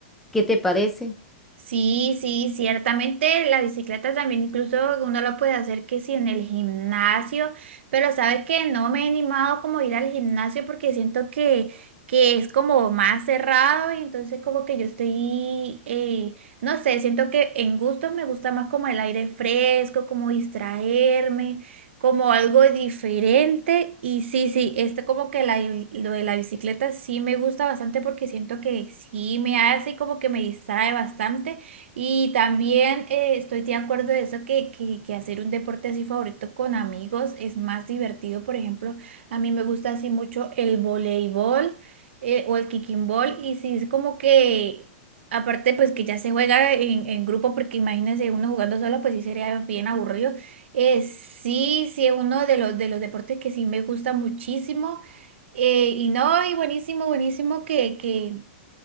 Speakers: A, in the centre; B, on the right.
A: ¿Qué te parece?
B: Sí, sí, ciertamente la bicicleta también incluso uno lo puede hacer que si en el gimnasio, pero sabes que no me he animado como a ir al gimnasio porque siento que, que es como más cerrado y entonces como que yo estoy, eh, no sé, siento que en gustos me gusta más como el aire fresco, como distraerme como algo diferente. Y sí, sí, este como que la, lo de la bicicleta sí me gusta bastante porque siento que sí me hace como que me distrae bastante. Y también eh, estoy de acuerdo de eso que, que, que hacer un deporte así favorito con amigos es más divertido. Por ejemplo, a mí me gusta así mucho el voleibol eh, o el kicking ball. Y sí, es como que... Aparte, pues que ya se juega en, en grupo, porque imagínense uno jugando solo, pues sí sería bien aburrido. Eh, sí, sí, es uno de los, de los deportes que sí me gusta muchísimo. Eh, y no, y buenísimo, buenísimo que, que,